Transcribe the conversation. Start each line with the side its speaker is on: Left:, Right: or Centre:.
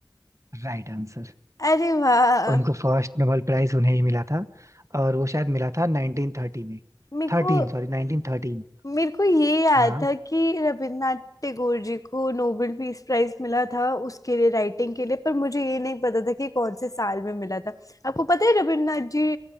Right: Right answer
Left: अरे वाह
Right: उनको फर्स्ट नोबेल प्राइज उन्हें ही मिला था और वो शायद मिला था 1930 में
Left: मेरे
Right: थर्टीन
Left: को
Right: सॉरी 1913
Left: मेरे को ये याद
Right: हाँ
Left: था कि रविन्द्रनाथ टैगोर जी को नोबेल पीस प्राइज मिला था उसके लिए राइटिंग के लिए पर मुझे ये नहीं पता था कि कौन से साल में मिला था आपको पता है रविन्द्रनाथ जी